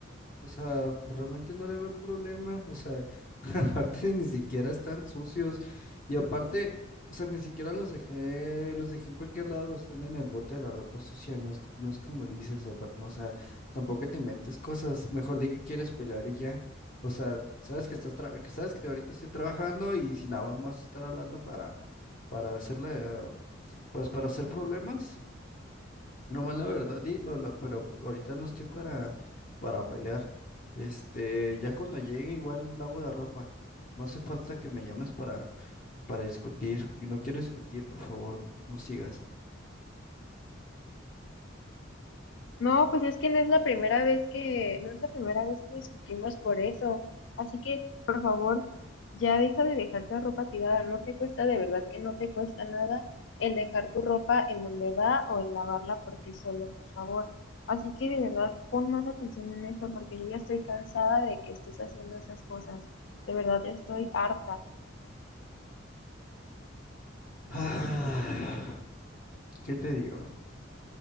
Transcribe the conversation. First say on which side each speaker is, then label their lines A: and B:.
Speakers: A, on the left; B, on the left.
A: O sea, pues, realmente no le veo el problema. O sea, <laughs> aparte ni siquiera están sucios. Y aparte, o sea, ni siquiera los dejé, los dejé en cualquier lado, están en el bote de la ropa sucia. No es, no es como dices, o, pa- no, o sea, tampoco te inventes cosas. Mejor di que quieres pelar y ya. O sea, sabes que estás tra- que sabes que ahorita estoy trabajando y si nada más vas a estar hablando para, para hacerle, eh, pues para hacer problemas. Nomás la verdad, di, lo- pero pues, ahorita no estoy para, para pelear. Este, ya cuando llegue igual lavo la ropa. No hace falta que me llames para, para discutir. Y no quiero discutir, por favor, no sigas.
B: No, pues es que no es la primera vez que, no es la primera vez que discutimos por eso. Así que, por favor, ya deja de dejar la ropa tirada. No te cuesta, de verdad que no te cuesta nada el dejar tu ropa en donde va o el lavarla por ti solo, por favor. Así que de verdad, pon más atención en esto porque yo ya estoy cansada de que estés haciendo esas cosas. De verdad, ya estoy harta.
A: Ah, ¿qué te digo?